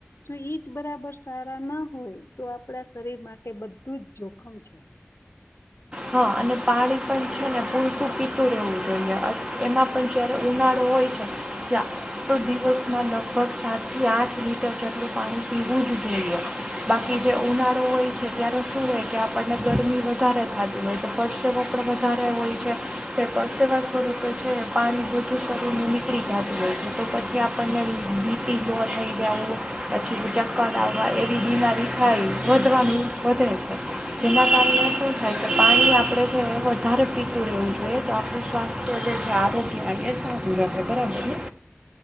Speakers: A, on the left; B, on the right.
A: જો ઈ જ બરાબર સારા ના હોય તો આપણા શરીર માટે બધું જ જોખમ છે.
B: હ અને પાણી પણ છે ને પૂરતું પીતું રહેવું જોઈએ અને એમાં પણ જયારે ઉનાળો હોય છે. કયા તો દિવસના લગભગ સાતથી આઠ લીટર જેટલું પાણી પીવું જ જોઈએ. બાકી જે ઉનાળો હોય છે ત્યારે શું હોય કે આપણને ગરમી વધારે થાતી હોય તો પરસેવો પણ વધારે હોય છે. તે પરસેવા સ્વરૂપે છે ને પાણી બધું સાથે નીકળી જાતું હોય છે તો પછી કે આપણને બીપી લો થઈ ગયા હોય પછી તો ચક્કર આવવા એવી બીમારી થાય વધવાનું વધે જેના કારણે શું થાય કે પાણી આપડે છે ને વધારે પીતું રહેવું જોઈએ તો આપ ડુ સ્વાથ્ય જે છે આરોગ્ય એ સારું રહે બરાબર ને